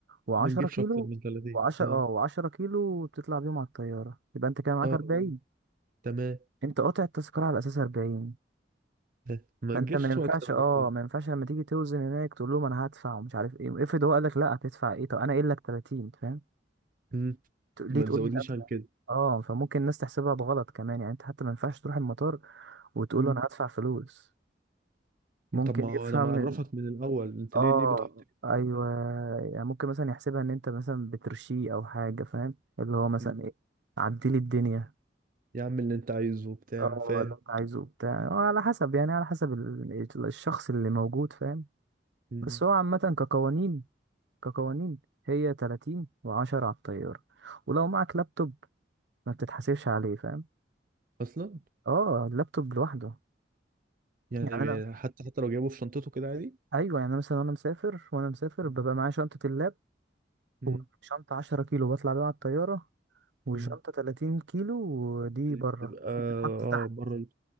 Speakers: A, on the right (about 75°); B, on the right (about 50°).
A: و10
B: ما تجيبش
A: كيلو
B: اكتر من 30
A: و10 اه
B: اه
A: و10 كيلو بتطلع بيهم على الطيارة يبقى أنت كده معاك
B: اه آه.
A: 40
B: تمام
A: أنت قاطع التذكرة على أساس 40
B: آه. ما
A: فأنت
B: تجيبش
A: ما ينفعش
B: اكتر من
A: اه
B: 30
A: ما ينفعش لما تيجي توزن هناك تقول لهم أنا هدفع ومش عارف إيه افرض هو قال لك لا هتدفع إيه طب أنا قايل لك 30 فاهم
B: مم.
A: ت- ليه
B: ما
A: تقول
B: تزودنيش
A: لي ادفع
B: عن كده
A: اه فممكن الناس تحسبها بغلط كمان يعني انت حتى ما ينفعش تروح المطار وتقول
B: مم.
A: له انا هدفع فلوس ممكن
B: طب ما هو
A: يفهم
B: انا معرفك
A: ال-
B: من الاول انت
A: اه
B: ليه ليه بتحط لي
A: ايوه
B: كده؟
A: يعني ممكن مثلا يحسبها ان انت مثلا بترشيه او حاجه فاهم اللي هو مثلا
B: مم.
A: ايه عدي لي الدنيا
B: يا عم اللي انت عايزه وبتاع
A: اه
B: فاهم
A: اللي انت عايزه بتاع آه، على حسب يعني على حسب ال- ال- الشخص اللي موجود فاهم
B: مم.
A: بس هو عامه كقوانين كقوانين هي 30 و10 على الطياره ولو معك لابتوب ما بتتحاسبش عليه فاهم
B: اصلا
A: اه اللابتوب لوحده
B: يعني
A: يعني انا
B: حتى حتى لو جايبه في شنطته كده عادي
A: ايوه يعني أنا مثلا وانا مسافر وانا مسافر
B: مم.
A: ببقى معايا شنطه اللاب
B: مم.
A: وشنطه 10 كيلو بطلع بيها على الطياره وشنطه
B: مم.
A: 30 كيلو ودي
B: بتبقى
A: بره دي بتتحط
B: اه
A: تحت
B: بره